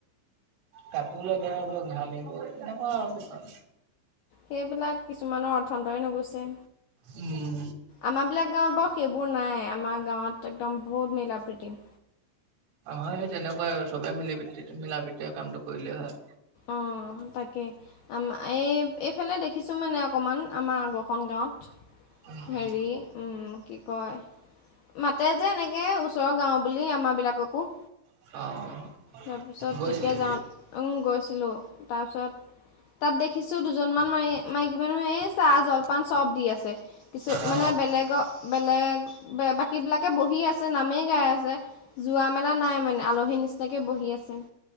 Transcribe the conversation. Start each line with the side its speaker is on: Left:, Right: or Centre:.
Right: কাপোৰ লৈ বেয়া হব ঘামিব নহয়।
Left: সেইবিলাক কিছুমানৰ অৰ্থন্তই নুগুচছে।
Right: উম।
Left: আমাৰবিলাক গাঁৱত বাৰু সেইবোৰ নাই আমাৰ গাঁৱত একদম বহুত মিলা প্ৰীতি।
Right: হয়, সেই তেনেকুৱাই চবে মিলি মিলা প্ৰীতি কামটো কৰিলেই হয়।
Left: অ', তাকে আ এই এইফালে দেখিছোঁ মানে অকণমান আমাৰ আগৰখন গাঁৱত।
Right: উম উম
Left: হেৰি উম, কি কয়। মাতে যে এনেকৈ ওচৰৰ গাঁওঁ বুলি আমাৰবিলাককো।
Right: অ'।
Left: তাৰপিছত
Right: গৈছিলি
Left: তেতিয়া যাওঁ গৈছিলোঁ তাৰপিছত। তাত দেখিছো দুজনমান ম মাইকী মানুহ এই চাহ জলপান চব দি আছে। কিছু
Right: অ
Left: মানে বেলেগৰ বেলেগ বাকীবিলাকে বহি আছে নামেই গাই আছে। যোৱা মেলা নাই মানে আলহীৰ নিচিনাকে বহি আছে।